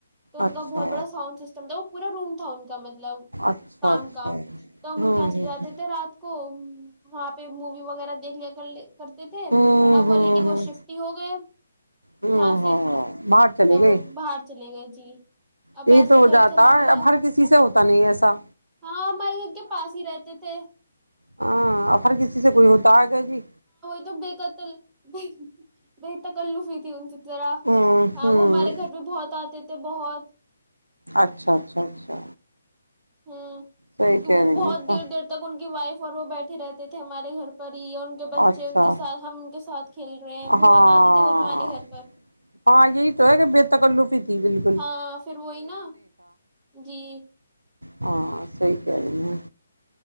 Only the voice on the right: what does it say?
اچھا
اچھا
اچھا
ہوں
ہ
ہوں
ہوں
ہ
ہاں باہر چلے
گئے
یہی
تو ہو
جاتا
ہے
اب ہر کسی سے ہوتا نہیں ایسا
ہاںفر کسی سے کوئی ہوتا ہے ری
ہ
ہوں
اچھا اچھا اچھا
صحیح
کہہ
رہی
ہیں تو
اچھا
ہاں
ہاں یہی تو ہے کہ بےتکلوفی تھی بالک
ہاں صحی کہہ رہی ہیں